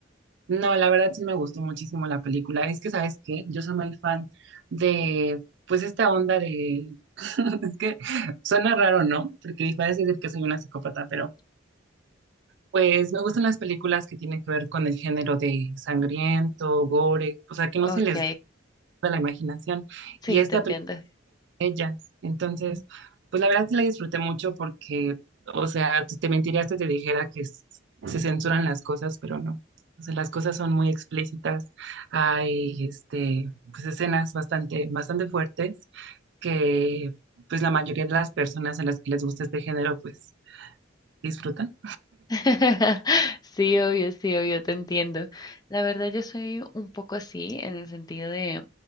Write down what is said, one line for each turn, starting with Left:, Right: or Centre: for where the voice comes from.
Right: No, la verdad sí me gustó muchísimo la película. Es que, ¿sabes qué? Yo soy muy fan de, pues, esta onda de... <laughs> es que suena raro, ¿no? Porque parece decir que soy una psicópata, pero Pues me gustan las películas que tienen que ver con el género de sangriento, gore, o sea, que no
Left: Ok,
Right: se les da la imaginación.
Left: sí,
Right: Y esta
Left: te entiendo.
Right: película de ellas. Entonces, pues la verdad sí la disfruté mucho porque, o sea, te te mentirías si te dijera que s- se censuran las cosas, pero no. O sea, las cosas son muy explícitas. Hay, este, pues escenas bastante, bastante fuertes que, pues la mayoría de las personas a las que les gusta este género, pues disfrutan.
Left: <laughs> Sí, obvio, sí, obvio, te entiendo. La verdad, yo soy un poco así en el sentido de